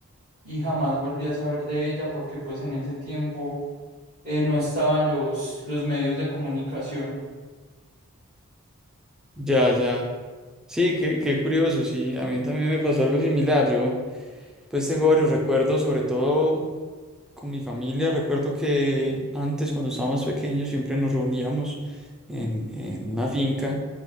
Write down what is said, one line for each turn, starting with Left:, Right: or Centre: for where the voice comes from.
Right: y jamás volví a saber de ella porque pues en ese tiempo eh, no estaban los, los medios de comunicación.
Centre: Ya, ya. Sí, qué, qué curioso, sí, a mí también me pasó algo similar. Yo pues tengo varios recuerdos, sobre todo con mi familia. Recuerdo que antes, cuando estaba más pequeño, siempre nos reuníamos en, en una finca